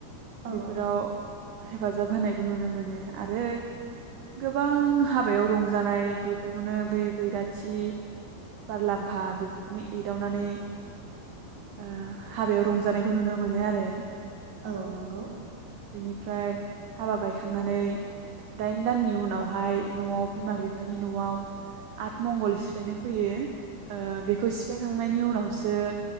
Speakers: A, on the right (about 45°); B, on the right (about 75°).
A: औ
B: बेफोराव हेफाजाब होनायखौ नुनो मोनो आरो गोबां हाबायाव रंजानाय बेफोरखौनो बै बैराथि बारलाम्फा बेफोरखौनो एदावनानै ओ हाबायाव रंजानायखौ नुनो मोनो आरो
A: औ नंगौ
B: बिनिफ्राय हाबा बायखांनानै दाइन दाननि उनावहाय न'आव बिमा बिफानि न'आव आठ मंगल सिफायनो फैयो ओ बेखौ सिफायखांनायनि उनावसो